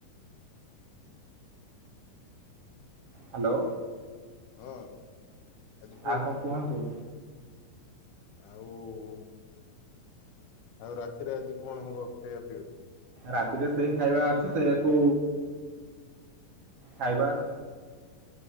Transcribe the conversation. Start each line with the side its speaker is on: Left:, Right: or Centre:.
Right: ହାଲୋ।
Left: ହଁ। ଆଜି କୁହ
Right: ଆଉ କଣ କୁହନ୍ତୁ?
Left: ଆଉ ଉ ଆଉ ରାତିରେ ଆଜି କଣ ହବ ଖାଇବା ପିଇବା?
Right: ରାତିରେ ସେଇ ଖାଇବା ଅଛି ସେଇଆକୁ ଖାଇବା।